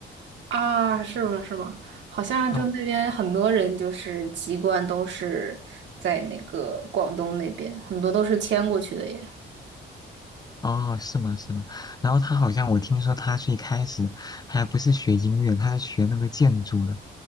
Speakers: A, on the right (about 65°); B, on the left (about 20°).
A: 啊，是吗？是吗？好像就那边很多人就是籍贯都是在那个广东那边，
B: 哦
A: 很多都是迁过去的耶。
B: 哦，是吗是吗？然后他好像我听说他最开始还不是学音乐，他是学那个建筑的，